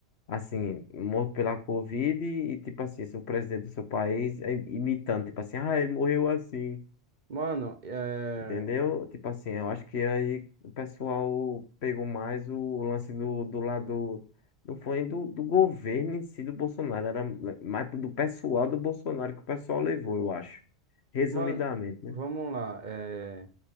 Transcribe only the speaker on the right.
mano, é,
mano,
vamos lá, é,